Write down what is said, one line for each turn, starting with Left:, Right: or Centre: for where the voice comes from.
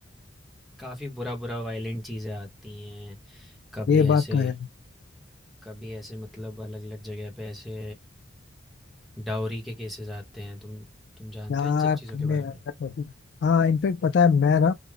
Centre: काफ़ी बुरा बुरा वायलेंट चीज़ें आती हैं। कभी
Left: ये
Centre: ऐसे
Left: बात तो है
Centre: कभी ऐसे मतलब अलग अलग जगह पे ऐसे डाउरी के केसेस आते हैं। तुम तुम जानते
Left: यार
Centre: हो इन सब चीज़ों
Left: तुमने
Centre: के बारे
Left: ऐसा
Centre: में?
Left: कर दिया हाँ इनफेक्ट पता है मैं ना